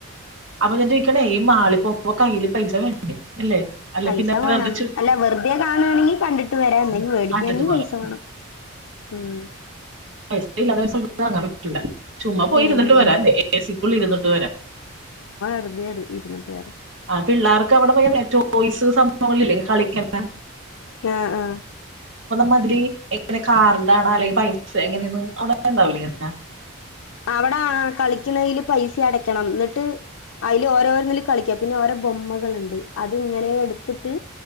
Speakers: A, on the right; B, on the left.
A: അപ്പൊ ഞാൻ ചോദിക്കണേ ഈ മാളി പോവുമ്പോ കയ്യില് പൈസ വേണ്ടേ അല്ലേ അല്ലെ
B: പൈസ
A: പിന്നെ
B: വേണം
A: വെറുതെ ചു-
B: അല്ല വെറുതെ കാണുവാണെങ്കിൽ കണ്ടിട്ട് വരാ എന്തെങ്കിലും മേടിക്കയാണെങ്കിൽ
A: കണ്ടിട്ട് പോരാ
B: പൈസ വേണം ഉം
A: അത് എല്ലാ ദിവസവും ഇവിടെന്ന് വാങ്ങാൻ പറ്റൂല്ല ചുമ്മാ പോയിരുന്നിട്ട്
B: ഉം ഉം
A: വരാല്ലേ ഏ സിക്കുള്ളിൽ ഇരുന്നിട്ട് വരാം
B: വെറുതേ ഇര് ഇര്ന്ന്ട്ട് വരാ
A: അ പിള്ളേർക്ക് അവിടെ <unintelligible> ടോയ്സ് സംഭവങ്ങൾഇല്ലേ കളിക്കന്നേ
B: ആഹ ആഹ
A: മാതിരി എങ്ങനെ കർടാണോ അല്ലെങ്കിൽ പൈസ എങ്ങനെയാണ് ഉണ്ടാകില്ലേ അങ്ങനെ?
B: അവിടെ കളിക്കുന്നതിന് പൈസ അടക്കണം. എന്നിട്ട് അതില് ഓരോന്നിലും കളിക്കാം പിന്നെ അതിൽ ഓരോ ബൊമ്മകളുണ്ട്. അത് ഇങ്ങനെ എടുത്തിട്ട്